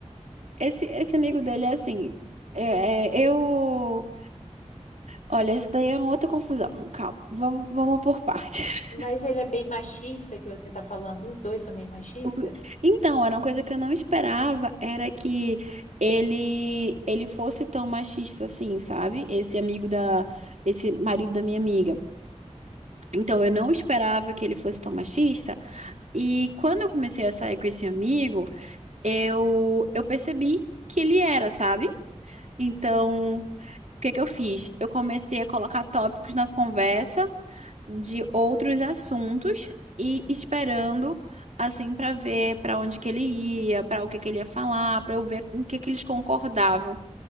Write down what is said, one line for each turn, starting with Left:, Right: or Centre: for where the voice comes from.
Right: Esse, esse amigo dele é assim. é, é, eu. Olha, esse daí é uma outra confusão. Calma, vamos, vamos por partes.
Left: Mas ele é bem machista, que você tá falando. Os dois são bem machistas?
Right: O Então, era uma coisa que eu não esperava, era que ele ele fosse tão machista assim, sabe? Esse amigo da esse marido da minha amiga. Então, eu não esperava que ele fosse tão machista, e quando eu comecei a sair com esse amigo, eu eu percebi que ele era, sabe? Então, o que que eu fiz? Eu comecei a colocar tópicos na conversa de outros assuntos e esperando assim para ver para onde que ele ia, para o que que ele ia falar, para eu ver com o que que eles concordavam.